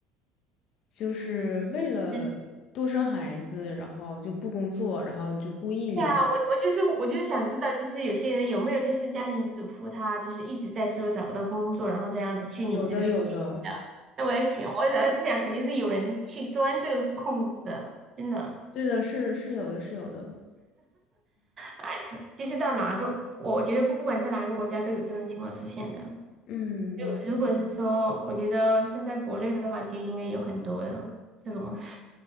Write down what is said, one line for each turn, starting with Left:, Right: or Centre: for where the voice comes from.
Left: 就是为了多生孩子，
Right: 了。
Left: 然后就不工作，然后就故意领，
Right: 对啊，我我就是我就是想知道，就是有些人有没有就是家庭主妇，她就是一直在说找不到工作，然后这样子去领这个事情的。
Left: 有的有的。
Right: 那我也肯，我也是想肯定是有人去钻这个空子的，真的。
Left: 对的，是是有的，是有的。
Right: 哎，就是到哪个，我觉得不管在哪个国家都有这种情况出现的。
Left: 嗯，
Right: 如如果是说，
Left: 应
Right: 我觉得现在国内的话，就应该有很多的这种，